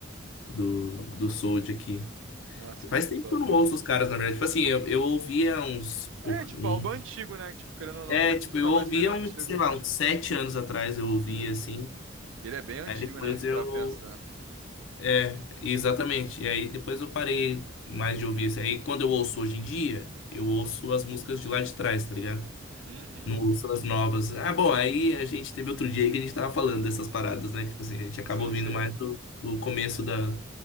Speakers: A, on the left (about 70°); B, on the right (about 70°).
A: do, do Soulja aqui.
B: nossa,
A: Faz
B: muito
A: tempo
B: top.
A: que eu não ouço os caras, na verdade. Tipo assim, eu, eu ouvia uns. Por,
B: É, tipo,
A: um-
B: álbum antigo, né? Tipo, querendo ou não,
A: é,
B: a gente escuta
A: tipo, eu
B: mais
A: ouvia
B: coisa antiga.
A: uns, sei lá, uns sete anos atrás, eu ouvia
B: Uhum.
A: assim.
B: E ele é bem antigo,
A: Aí depois
B: né? Se
A: eu.
B: parar pra pensar.
A: É, exatamente. E aí depois eu parei mais de ouvir assim. Aí quando eu ouço hoje em dia, eu ouço as músicas de lá de trás, tá ligado?
B: Uhum.
A: Não ouço as novas. Ah, bom, aí a gente teve outro dia aí que a gente tava falando dessas paradas, né? Tipo assim, a gente acaba
B: Sim,
A: ouvindo
B: sim.
A: mais do, do começo da,